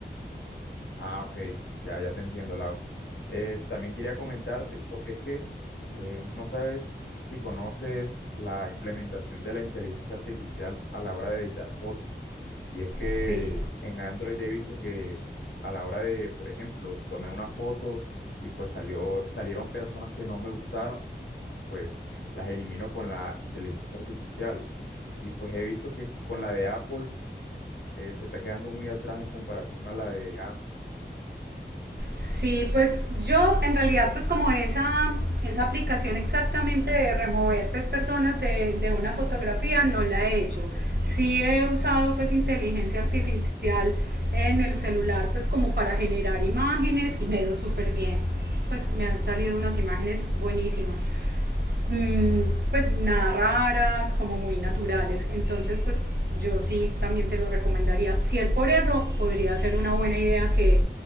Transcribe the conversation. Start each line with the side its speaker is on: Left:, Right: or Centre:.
Left: Ah, ok, ya, ya te entiendo, Lau. Eh, también quería comentarte, porque es que eh, no sabes si conoces la implementación de la inteligencia artificial a la hora de editar fotos. Y es que
Right: Sí.
Left: en Android he visto que a la hora de, por ejemplo, tomé una foto y pues salió, salieron personas que no me gustaron, pues las elimino con la inteligencia artificial. Y pues he visto que con la de Apple eh, se está quedando muy atrás en comparación a la de Android.
Right: Sí, pues yo en realidad pues como esa, esa aplicación exactamente de remover pues personas de, de una fotografía no la he hecho. Sí he usado pues inteligencia artificial en el celular pues como para generar imágenes y me ha ido súper bien. Pues me han salido unas imágenes buenísimas mm, pues nada raras, como muy naturales. Entonces, pues yo sí también te lo recomendaría. Si es por eso, podría ser una buena idea que,